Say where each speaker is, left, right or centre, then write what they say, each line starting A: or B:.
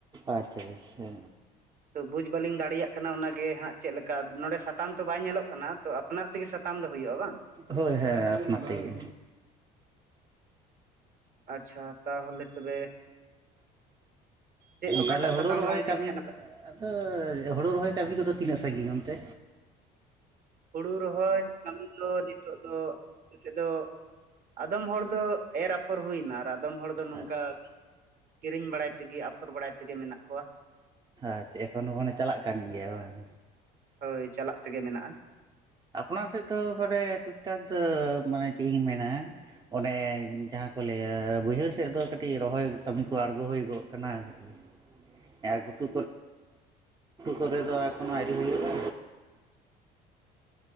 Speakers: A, on the right (about 20°); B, on the right (about 50°).
A: ᱟᱪᱪᱷᱟ, ᱟᱪᱪᱷᱟ ᱟᱪᱪᱷᱟ
B: ᱛᱚ ᱵᱩᱡ ᱵᱟᱹᱞᱤᱧ ᱫᱟᱲᱮᱭᱟᱜ ᱠᱟᱱᱟ ᱚᱱᱟᱜ ᱜᱮ ᱦᱟᱸᱜᱼᱼᱼ ᱪᱮᱫ ᱞᱮᱠᱟ ᱱᱚᱰᱮ ᱥᱟᱛᱟᱢ ᱛᱚ ᱵᱟᱭ ᱧᱮᱞᱚᱜ ᱠᱟᱱᱟ ᱛᱚ ᱟᱯᱱᱟᱨ ᱛᱮᱜᱮ ᱥᱟᱛᱟᱢ ᱫᱚ ᱦᱩᱭᱩᱜᱼᱟ ᱵᱟᱝ?
A: ᱦᱳᱭ ᱦᱮᱸ ᱟᱯᱱᱟᱨ ᱛᱮᱜᱮᱼᱼ
B: ᱟᱪᱪᱷᱟ ᱛᱟᱦᱚᱞᱮ ᱛᱚᱵᱮ ᱪᱮᱫ ᱚᱠᱟᱴᱟᱜ
A: ᱛᱟᱦᱚᱞᱮ
B: ᱥᱟᱛᱟᱢ
A: ᱦᱳᱲᱳ ᱨᱚᱦᱚᱭ
B: ᱞᱟᱝ ᱤᱫᱤ
A: ᱠᱟᱹᱢᱤ
B: ᱞᱮᱠᱷᱟᱡ ᱱᱟᱯᱟᱭ
A: ᱟᱫᱚ ᱦᱳᱲᱳ ᱨᱚᱦᱚᱭ ᱠᱟᱹᱢᱤ ᱠᱚᱫᱚ ᱛᱤᱱᱟᱹᱜ ᱥᱟᱺᱜᱤᱧ ᱚᱱᱛᱮ?
B: ᱦᱩᱲᱩ ᱨᱚᱦᱚᱭ ᱠᱟᱹᱢᱤ ᱫᱚ ᱱᱤᱛᱚᱜ ᱫᱚᱼᱼᱼᱼ ᱱᱚᱛᱮ ᱫᱚ ᱟᱫᱚᱢ ᱦᱚᱲ ᱫᱚ ᱮᱨ ᱟᱯᱷᱚᱨ ᱦᱩᱭᱱᱟ ᱟᱨ ᱟᱫᱚᱢ ᱦᱚᱲ ᱫᱚ ᱱᱚᱝᱠᱟᱼᱼᱼᱼ
A: ᱟᱪᱪᱷᱟ
B: ᱠᱤᱨᱤᱧ ᱵᱟᱲᱟᱭ ᱛᱮᱜᱮ ᱟᱯᱷᱚᱨ ᱵᱟᱲᱟᱭ ᱛᱮᱜᱮ ᱢᱮᱱᱟᱜ ᱠᱚᱣᱟ᱾
A: ᱟᱪᱪᱷᱟ ᱮᱠᱷᱚᱱ ᱦᱚᱸ ᱢᱟᱱᱮ ᱪᱟᱞᱟᱜ ᱠᱟᱱ ᱜᱮᱭᱟ ᱵᱟᱝ᱾
B: ᱦᱳᱭ ᱪᱟᱞᱟᱜ ᱛᱮᱜᱮ ᱢᱮᱱᱟᱜᱼᱟ᱾
A: ᱟᱯᱱᱟ ᱥᱮᱫ ᱫᱚ ᱢᱟᱱᱮ ᱴᱩᱠ ᱴᱟᱠ ᱫᱚ ᱢᱟᱱᱮ ᱪᱮᱫ ᱤᱧ ᱢᱮᱱᱟᱼᱼ ᱚᱱᱮ ᱡᱟᱦᱟᱸ ᱠᱚ ᱞᱟᱹᱭᱟ ᱵᱟᱹᱭᱦᱟᱹᱲ ᱥᱮᱫ ᱫᱚ ᱠᱟᱹᱴᱤᱡ ᱨᱚᱦᱚᱭ ᱠᱟᱹᱢᱤ ᱠᱚ ᱟᱬᱜᱚ ᱦᱳᱭᱜᱚᱜ ᱠᱟᱱᱟ᱾ ᱮᱠᱷᱚᱱ ᱜᱷᱩᱴᱩ ᱠᱚᱨᱮ ᱫᱚ ᱮᱠᱷᱚᱱᱳ ᱟᱣᱨᱤ ᱦᱩᱭᱩᱜᱼᱟ᱾